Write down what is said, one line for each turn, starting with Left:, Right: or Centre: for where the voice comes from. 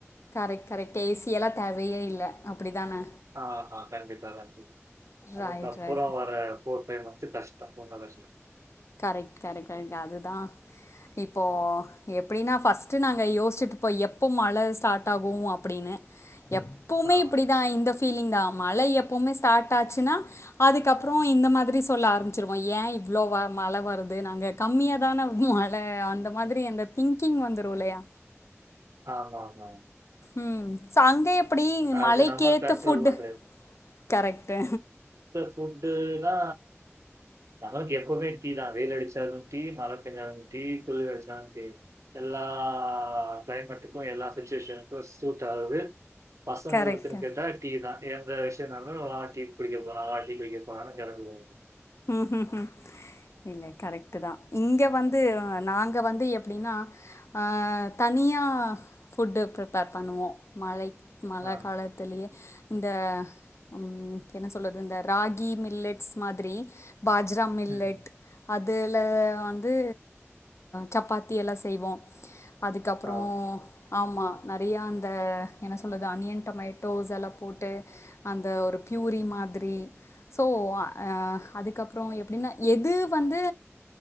Left: கரெக்ட் கரெக்ட் ஏ சி எல்லா தேவயே இல்ல அப்டிதான
Right: ஆஹா கண்டிப்பா கண்டி அதுக்கப்றோ
Left: ரைட் ரைட்
Right: வர போட் டைம் வந்து கஷ்டோ பூங் அதர்ஸ் இந்தா
Left: கரெக்ட் கரெக்ட் கரெக் அதுதா இப்போ எப்டின்னா ஃபர்ஸ்ட்டு நாங்க யோசிசுட்டுப்போ எப்ப மழை ஸ்டார்ட் ஆகு அப்டின்னு எப்புமே
Right: ஆ, ஆமா.
Left: இப்படிதா இந்த ஃபீலிங்தா மழை எப்புமே ஸ்டார்ட் ஆச்சுன்னா அதுக்கப்பறோ இந்த மாதிரி சொல்ல ஆரம்பிச்சிருவோ ஏன் இவ்ளோ மழை வருது நாங்க கம்மியாதான மழை அந்த மாதிரி அந்த திங்கிங் வந்துரு இல்லயா
Right: ஆமாமாங்
Left: ம் ஸோ அங்க எப்டி
Right: அது
Left: மழைக்கு
Right: நம்ம
Left: ஏத்த
Right: கண்ட்ரோல்
Left: ஃபுட்டு
Right: பண்றது.
Left: கரெக்ட்டு
Right: ஃபுட்டுனா நமக்கு எப்புமே டீதா வெயில் அடிச்சாலு டீ மழை பேஞ்சாலு டீ குளிர் அடிச்சாலு டீ எல்லா கிளைமேட்டுக்கு எல்லா சுச்சுவேஷனுக்கு சூட் ஆகுது பசங்களுக்குன்னு
Left: கரெக்ட்
Right: கேட்டா டீதா எந்த விஷ்யோனாலு டீ குடிக்க போலாமா டீ குடிக்க போனாலு கிளம்பிடுவோ
Left: ம் ஹும் ஹும் இல்ல கரெக்ட்டுதா இங்க வந்து நாங்க வந்து எப்டினா ஆ தனியா ஃபுட்டு ப்ரிப்பேர் பண்ணுவோ மழை மழை
Right: ஆ.
Left: கால த்துலயே இந்த ம் என்ன சொல்து இந்த ராகி மில்லட்ஸ் மாதிரி பாஜ்ரா மில்லட்
Right: ம்.
Left: அதுல வந்து சப்பாத்தி எல்லா செய்வோ அதுக்கப்பறோ
Right: ஆ.
Left: ஆமா நெறயா அந்த என்ன சொல்லது அனியன் டொமேட்டோஸ் எல்லா போட்டு அந்த ஒரு பியூரி மாதிரி சோ அ அதுக்கப்றோ எப்டின்னா எது வந்து